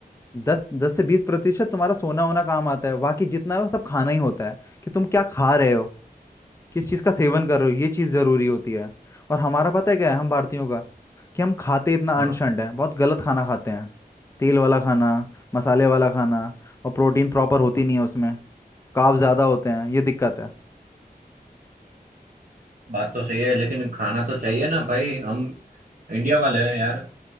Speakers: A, on the left; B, on the right.
A: दस दस से बीस प्रतिशत तुम्हारा सोना होना काम आता है बाकी जितना है वो सब खाना ही होता है कि तुम क्या खा रहे हो किस चीज़ का सेवन कर रहे हो ये चीज़ ज़रूरी होती है और हमारा पता है क्या है हम भारतीयों का कि हम खाते इतना
B: हाँ
A: अनशंड है बहुत गलत खाना खाते हैं तेल वाला खाना मसाले वाला खाना और प्रोटीन प्रॉपर होती नहीं है उसमें कार्ब ज़्यादा होते हैं ये दिक्कत है
B: बात तो सही है लेकिन खाना तो चाहिए ना भाई हम इंडिया वाले हैं यार